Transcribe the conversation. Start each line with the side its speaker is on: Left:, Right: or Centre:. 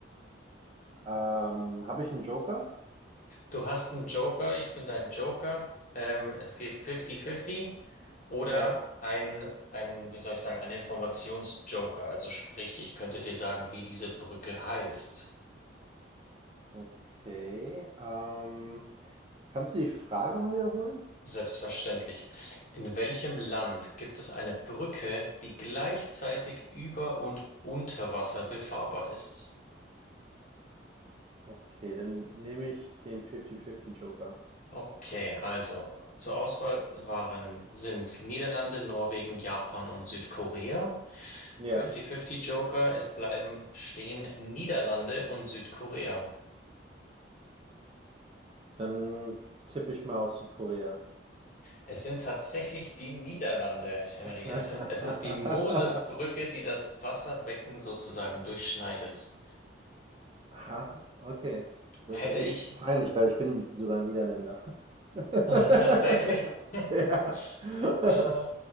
Right: Ähm, habe ich einen Joker?
Left: Du hast einen Joker, ich bin dein Joker. Ähm, es geht 50-50 oder
Right: Ja,
Left: ein, ein, wie soll ich sagen, ein Informationsjoker. Also sprich, ich könnte dir sagen, wie diese Brücke heißt.
Right: okay. Ähm, kannst du die Frage noch mal wiederholen?
Left: Selbstverständlich. In welchem Land gibt es eine Brücke, die gleichzeitig über und unter Wasser befahrbar ist?
Right: Okay, dann nehme ich den 50/50 Joker.
Left: Okay, also zur Auswahl waren, sind Niederlande, Norwegen, Japan und Südkorea.
Right: Ja,
Left: 50-50 Joker, es bleiben stehen Niederlande und Südkorea.
Right: dann tippe ich mal auf Südkorea.
Left: Es sind tatsächlich die Niederlande, Henry.
Right: <laughs>
Left: Es sind, es ist die Mosesbrücke, die das Wasserbecken sozusagen durchschneidet.
Right: Aha, okay. Das
Left: Hätte
Right: ist echt
Left: ich
Right: peinlich, weil ich bin sogar Niederländer. <laughs>
Left: Ach, tatsächlich?
Right: Ja.
Left: <laughs>
Right: <laughs>
Left: Äh,